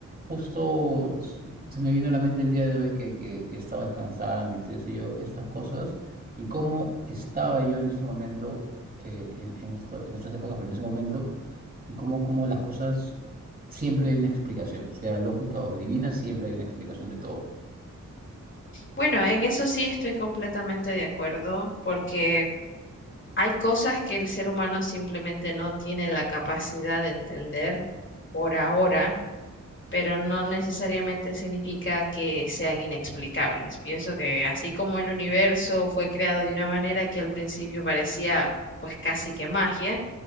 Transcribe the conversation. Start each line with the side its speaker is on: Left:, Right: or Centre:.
Right: justo s- se me vino a la mente el día de hoy que, que, que estaba descansando y te sé yo, estas cosas, y cómo estaba yo en ese momento, eh, en, en esto, en estas épocas, pero en ese momento, y cómo, cómo las cosas, siempre hay una explicación, sea lógica o divina, siempre hay una explicación de todo.
Left: Bueno, en eso sí estoy completamente de acuerdo porque hay cosas que el ser humano simplemente no tiene la capacidad de entender por ahora, pero no necesariamente significa que sean inexplicables. Pienso que así como el universo fue creado de una manera que al principio parecía pues casi que magia,